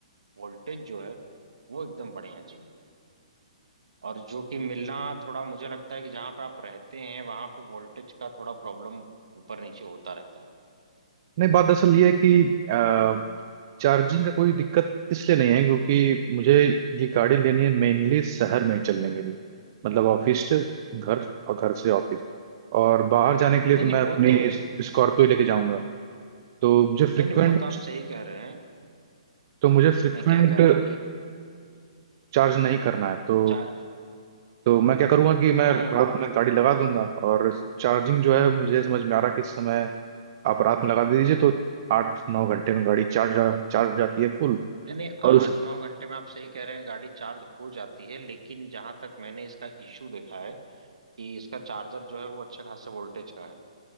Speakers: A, on the right; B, on the right.
A: वोल्टेज जो है वो एकदम बढ़िया चाहिए और जो कि मिलना थोड़ा मुझे लगता है कि जहां पे आप रहते हैं वहां पे वोल्टेज का थोड़ा प्रॉब्लम ऊपर नीचे होता रहता है
B: नहीं बात दरअसल ये है कि चार्जिंग का कोई दिक्कत इसलिए नहीं है क्योंकि मुझे ये गाड़ी लेनी है मेनली शहर में ही चलने के लिए मतलब ऑफिस से घर और घर से ऑफिस और बाहर जाने के लिए
A: नहीं
B: तो
A: नहीं
B: मैं
A: वो
B: अपनी
A: तो
B: स्कॉर्पियो लेके जाऊंगा तो मुझे फ्रिक्वेंट
A: नहीं नहीं वो तो आप सही कह रहे हैं
B: तो मुझे
A: जैसे
B: फ्रिक्वेंट
A: मैं क्या कह रहा हूँ कि
B: चार्ज नहीं करना है तो
A: चार
B: तो मैं क्या करूंगा कि मैं
A: हम्म हम्म
B: रात में गाड़ी लगा दूंगा और चार्जिंग जो है मुझे समझ में आ रहा कि इस समय आप रात में लगा दीजिए तो आठ नौ घंटे में गाड़ी चार्ज चार्ज हो जाती है फुल
A: नहीं नहीं
B: और
A: आठ
B: उस
A: नौ घंटे में आप सही कह रहे हैं गाड़ी चार्ज हो जाती है लेकिन जहां तक मैंने इसका इशू देखा है कि इसका चार्जर जो है वो अच्छे खासे वोल्टेज का है